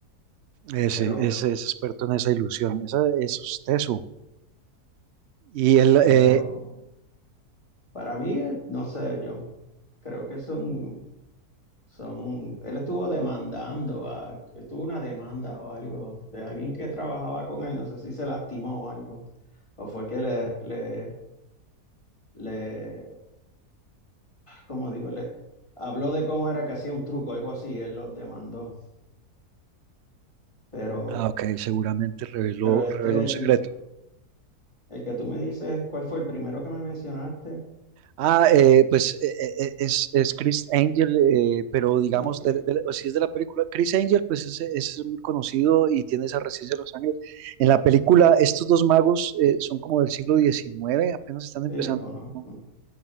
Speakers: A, on the right (about 70°); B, on the left (about 20°).
A: Ese,
B: pero,
A: ese es experto en esa ilusión, esa, eso es teso. Y él,
B: pero
A: eh,
B: para mí, eh, no sé, yo creo que son, son, él estuvo demandando, a, él tuvo una demanda o algo de alguien que trabajaba con él, no sé si se lastimó o algo, o fue que le, le, le como digo, le habló de cómo era que hacía un truco, algo así, él los demandó. Pero,
A: ah, ok, seguramente reveló,
B: pero este
A: reveló un secreto.
B: tipo, el que tú me dices, ¿cuál fue el primero que me mencionaste?
A: Ah, eh, pues eh, eh, eh, es, es Chris Angel, eh, pero digamos,
B: Ok,
A: de- de- o si es de la película, Chris Angel, pues es, es muy conocido y tiene esa residencia de Los Ángeles. En la película, estos dos magos eh, son como del siglo diecinueve, apenas están empezando.
B: sí, yo conozco.
A: ¿no?